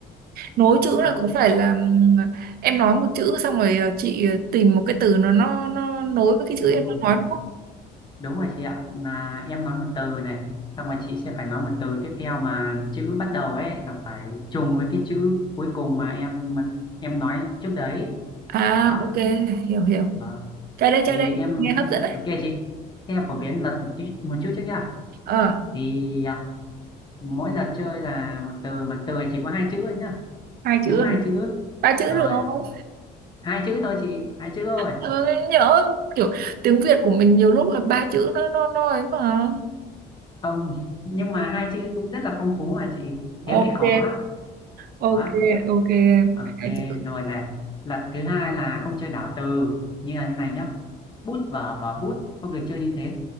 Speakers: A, on the right; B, on the left.
A: nối chữ
B: Không,
A: là có phải là ừm, em nói một chữ xong rồi ờ, chị ờ, tìm một cái từ nó nó nó nối với cái chữ
B: đúng
A: em đang
B: rồi.
A: nói đúng không?
B: Đúng rồi chị ạ. Là em nói một từ này, xong rồi chị sẽ phải nói một từ tiếp theo mà chữ bắt đầu ấy là phải trùng với cái chữ cuối cùng mà em mà em nói trước đấy.
A: À
B: Đó.
A: ok, hiểu hiểu.
B: Vâng.
A: Chơi đây chơi
B: Thì
A: đây,
B: em
A: nghe hấp dẫn đấy.
B: ok chị. Thế em phổ biến luật một chút, một chút trước nhá.
A: Ờ,
B: Thì à, mỗi lượt chơi là một từ mà từ này chỉ có hai chữ thôi nhá
A: hai
B: đúng
A: chữ,
B: hai
A: à?
B: chữ
A: ba chữ
B: rồi
A: được không?
B: hai chữ thôi chị hai chữ thôi
A: Ờ, nhớ kiểu tiếng Việt của mình nhiều lúc là ba chữ nó nó nó ấy mà.
B: không nhưng mà hai chữ cũng rất là phong phú mà chị
A: Ok,
B: thế mới khó
A: ok,
B: khó chị ạ
A: ok.
B: ok
A: Hai chữ.
B: rồi này lật thứ hai là không chơi đảo từ như là như này nhá bút vở vở bút không được chơi như thế